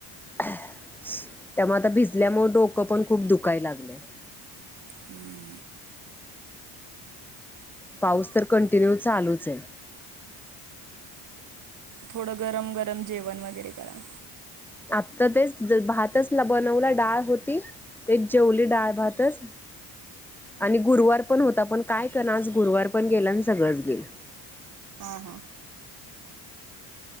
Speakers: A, in the centre; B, on the right.
A: आह त्यामुळे आता भिजल्यामुळे डोकं पण खूप दुखाय लागले.
B: हम्म <inaudible>
A: पाऊस तर कंटिन्यू चालूच ये.
B: थोडं गरम गरम जेवण वगैरे करा.
A: आत्ता तेच भातच बनवला डाळ होती तेच जेवली डाळ भातच आणि गुरुवार पण होता पण काय करण आज गुरुवार पण गेला आणि सगळंच गेल.
B: हा हा.